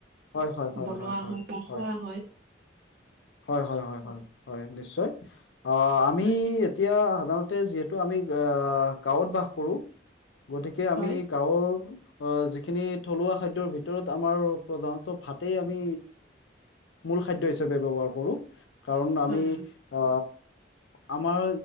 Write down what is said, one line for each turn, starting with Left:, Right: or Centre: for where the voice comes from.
Left: হয়, হয়, হয়।
Right: বনোৱা বা খোৱা
Left: <unintelligible>
Right: হয়
Left: হয়, হয়, হয়। হয়, নিশ্চয় অহ, আমি
Right: হয়
Left: এতিয়া সাধাৰণতে যিহেতু আমি অহ, গাঁৱত বাস কৰো, গতিকে
Right: হয়
Left: আমি গাঁৱৰ অহ' যিখিনি থলুৱা খাদ্যৰ ভিতৰত আমাৰ প্ৰধানত ভাতেই আমি, মূল খাদ্য হিচাপে ব্যৱহাৰ কৰো। কাৰণ আমি
Right: হয় হয়
Left: আ আমাৰ